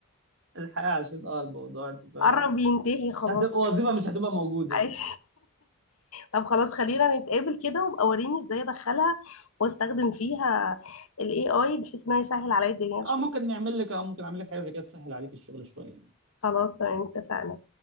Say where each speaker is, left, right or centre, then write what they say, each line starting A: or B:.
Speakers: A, on the right (about 60°); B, on the left (about 70°).
A: الحقيقة عشان اه الموضوع انت فاهم
B: قرب ينتهي خلاص
A: هتبقى وظيفه مش هتبقى موجوده يعني
B: <laughs> أي. طب خلاص خلينا نتقابل كده وابقى وريني ازاي ادخلها واستخدم فيها ال AI بحيث انها يسهل عليا الدنيا
A: اه
B: شوية
A: ممكن نعمل لك اه ممكن اعمل لك حاجه زي كده تسهل عليك الشغل شويه يعني
B: خلاص تمام اتفقنا